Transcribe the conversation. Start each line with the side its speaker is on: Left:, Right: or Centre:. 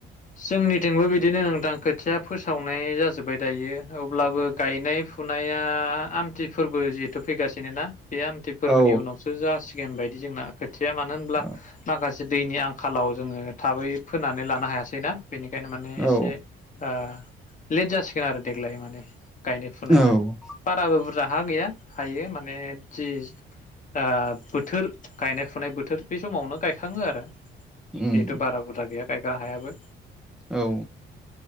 Left: जोंनिथिंबो बिदिनो नोंथां खोथिया फोसावनाय जाजोब्बाय। दायो अब्लाबो गायनाय फुनाया आमथि फोरबो जिहेथु फैगासिनो ना बे आमथि फोरबोनि
Centre: औ
Left: उनावसो जासिगोन बायदि। जोंना खो थिया मानो होनब्ला
Centre: औ
Left: माखासे दैनि आंखालाव जोङो थाबै फोनानै ला नो हायासै ना बेनिखायनो माने एसे
Centre: औ
Left: ओ लेट जासिगोन आरो देग्लाय माने गायनाय फुनाया
Centre: औ
Left: बाराबो बुरजा हा गैया। हायो मा ने जि आब बोथोर गायनाय फुनाय बोथोर। बे समावनो गायखाङो आरो
Centre: उम
Left: जेहेतु बारा बुरजा गैया गाय गाहायाबो
Centre: औ